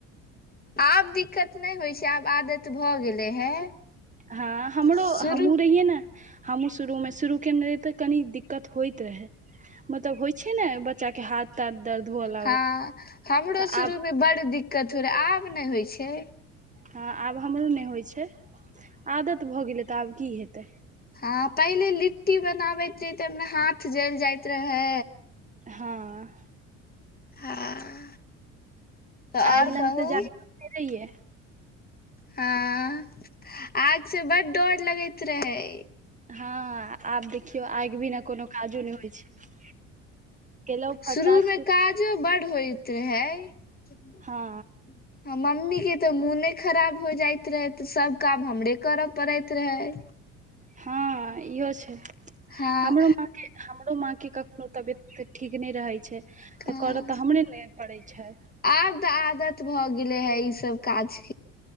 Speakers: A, on the left (about 25°); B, on the right (about 20°).
A: आब दिक्कत नहि होइ छै आब आदत भऽ गेलै हे
B: हँ हमरो
A: शुरू
B: हमहुँ रहिए ने हमहुँ शुरूमे शुरू केने रहहि तऽ कनी दिक्कत होइत रहै मतलब होइ छै ने बच्चा के हाथ दर्द दर्द हुअ लागल
A: हँ हमरो
B: तऽ
A: शुरू
B: आब
A: मे बड्ड दिक्कत हो रहे आब नहि होइ छै
B: हँ आब हमरो नहि होइत छै आदत भ गेलै त आब की हेतै
A: हँ पहिले लिट्टी बनाबैत रहि ते हाथ जल जाइत रहे
B: हँ
A: हँ तऽ आओर
B: आग लंग
A: कहू
B: <unintelligible> तऽ जाइै
A: हँ आग से बड्ड डर लगैत रहे
B: हँ आब देखियौ आगि बीना कोनो काजो नहि होइ छै केलहुँ फटाक
A: शुरू मे
B: से
A: काजो बड्ड होय त रहै <unintelligible>
B: हँ
A: हं मम्मी के तऽ मोने खराब हो जाइत रहे तऽ सब काम हमरे करय पड़ैत रहे
B: हँ इहो छै
A: हँ
B: हमरो माँ के हमरो माँके कखनो तबियत ठीक नहि रहैत छै तऽ
A: हँ
B: करऽ तऽ हमरे ने पड़ै छै
A: आब तऽ आदत भए गेले है इ सब काज के